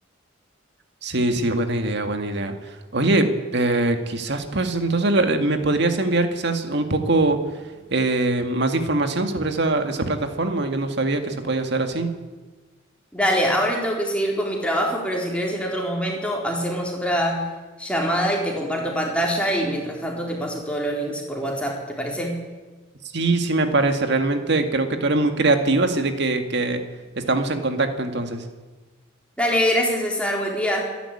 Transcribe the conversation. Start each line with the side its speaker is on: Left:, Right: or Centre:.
Right: Sí, sí, buena idea, buena idea. Oye, eh, quizás pues entonces la- eh, me podrías enviar quizás un poco eh, más de información sobre esa, esa plataforma. Yo no sabía que se podía hacer así.
Centre: Dale, ahora tengo que seguir con mi trabajo, pero si querés en otro momento hacemos otra llamada y te comparto pantalla y mientras tanto te paso todos los links por WhatsApp, ¿te parece?
Right: Sí, sí me parece. Realmente creo que tú eres muy creativa, así de que, que estamos en contacto entonces.
Centre: Dale, gracias César, buen día.